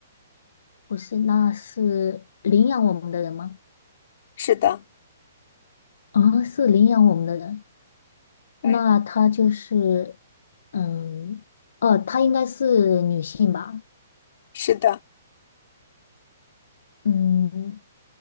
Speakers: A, on the left; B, on the left.
A: 不是，那是领养我们的人吗？
B: 是的，
A: 啊、是领养我们的人。
B: 对，
A: 那他就是嗯哦，她应该是女性吧？
B: 是的，
A: 嗯，